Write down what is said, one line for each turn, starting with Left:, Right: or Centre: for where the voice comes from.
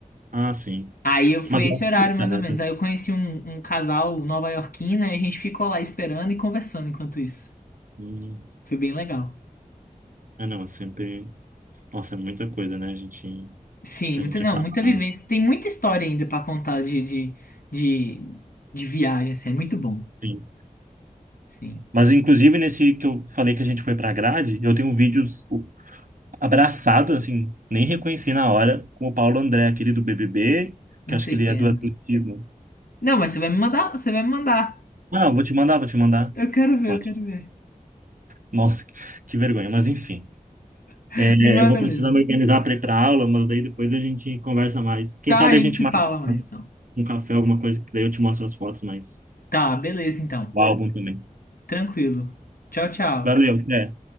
Right: Ah, sim.
Left: Aí eu foi
Right: Mas
Left: esse
Right: ela
Left: horário
Right: pisca,
Left: mais
Right: né?
Left: ou menos.
Right: também.
Left: Aí eu conheci um, um casal nova-iorquino e a gente ficou lá esperando e conversando enquanto isso.
Right: Hum.
Left: Foi bem legal.
Right: Ah, não, é sempre. Nossa, é muita coisa, né, gente?
Left: Sim,
Right: que
Left: muita,
Right: a gente
Left: não,
Right: acaba.
Left: muita vivência. Tem muita história ainda pra contar de, de, de, de viagem, assim, é muito bom.
Right: Sim.
Left: Sim.
Right: Mas, inclusive, nesse que eu falei que a gente foi pra grade, eu tenho vídeos o- abraçado, assim, nem reconheci na hora, com o Paulo André, aquele do BBB,
Left: Não
Right: que acho
Left: sei
Right: que ele
Left: o que
Right: é
Left: é,
Right: do atletismo.
Left: não. Não, mas você vai me mandar, você vai me mandar.
Right: Ah, vou te mandar, vou te mandar.
Left: Eu quero ver,
Right: Pode.
Left: eu quero ver.
Right: Nossa, que vergonha, mas enfim.
Left: <laughs>
Right: É,
Left: Me manda
Right: eu vou precisar
Left: mesmo.
Right: me organizar para ir para aula, mas daí depois a gente conversa mais. Quem
Left: Tá,
Right: sabe
Left: a gente
Right: a gente
Left: se
Right: marca
Left: fala mais então.
Right: um café, alguma coisa, que daí eu te mostro as fotos, mas
Left: Tá, beleza então.
Right: o álbum também.
Left: Tranquilo. Tchau, tchau.
Right: Valeu, até.